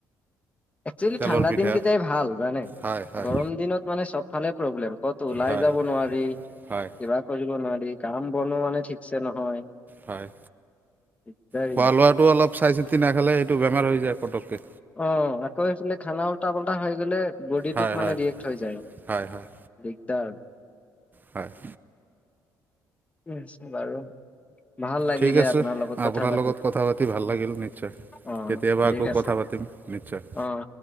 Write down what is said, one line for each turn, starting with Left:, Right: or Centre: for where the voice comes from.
Left: একচুৱেলি
Right: তেলৰ
Left: ঠাণ্ডা
Right: পিঠা
Left: দিন গিতাই ভাল জানে,
Right: হয় হয়
Left: গৰম দিনত মানে চব ফালে প্ৰব্লেম। কতো ওলাই
Right: হয়
Left: যাব নোৱাৰি,
Right: হয়
Left: কিবা কৰিব নোৱাৰি, কাম বনো মানে ঠিকছে নহয়।
Right: হয়
Left: দিগদাৰি।
Right: খোৱা লোৱাটো অলপ চাই চিতি নাখালে এইটো বেমাৰ হৈ যায় পটককে।
Left: অ আকৌ একচলি খানা উল্টা-পাল্টা হৈ গ'লে, বডিটোত
Right: হয়
Left: মানে
Right: হয়
Left: ৰিয়েক্ট হৈ যায়।
Right: হয় হয়
Left: দিগদাৰ।
Right: হয়'
Left: ছ বাৰু। ভাল লাগিলে
Right: ঠিক আছে,
Left: আপোনাৰ লগত কথা
Right: আপোনাৰ
Left: পাতি
Right: লগত কথা পাতি ভাল লাগিল নিশ্চয়।
Left: অ
Right: কেতিয়াবা
Left: ঠিক
Right: আকৌ
Left: আছে
Right: কথা পাতিম, নিশ্চয়।
Left: অঁ